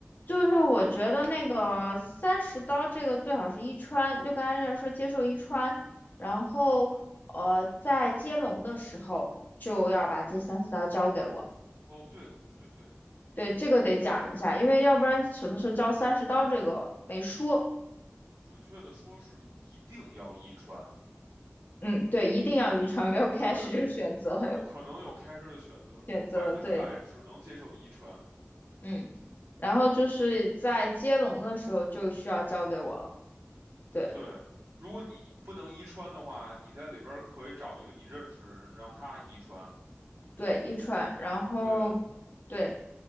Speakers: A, on the left (about 45°); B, on the right (about 80°).
A: 就是我觉得那个三十刀这个最好是一穿，
B: 讲一下。
A: 就刚才在说接受一穿，然后呃，在接龙的时候就要把这三十刀交给我，
B: 哦，对的，对对，
A: 对，这个得讲一下，因为要不然什么时候交三十刀这个没说，
B: 准确的说是一定要一穿，
A: 嗯，对，一定要一穿，没有开始就选择，
B: 对，
A: 还有
B: 不可能有开车的选择，
A: 选择，
B: 百分之百只能接受一穿。
A: 对。嗯，然后就是在接龙的时候就需要交给我了。对
B: 对，如果你不能一穿的话，你在里边儿可以找一个你认识的人让他一穿。
A: 对，一串，然后
B: 对。
A: 对，